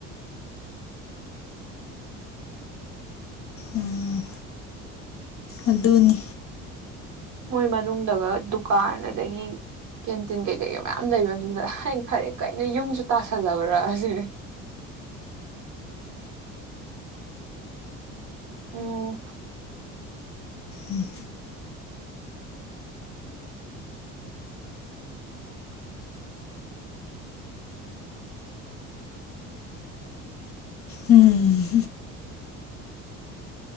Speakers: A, on the left; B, on the right.
A: ꯎꯝ ꯑꯗꯨꯅꯤ
B: ꯃꯣꯏ ꯃꯅꯨꯡꯗꯒ ꯗꯨꯀꯥꯟ ꯑꯗꯒꯤ ꯀꯦꯟꯇꯤꯟ ꯀꯩꯀꯩꯒ ꯃꯌꯥꯝ ꯂꯩꯕꯗ ꯑ ꯐꯔꯦ ꯀꯩꯅ ꯌꯨꯝꯁꯨ ꯇꯥꯁꯜꯂꯕ꯭ꯔꯥ ꯑꯁꯤꯅꯤ ꯑꯣꯝ
A: ꯎꯝ ꯎꯝ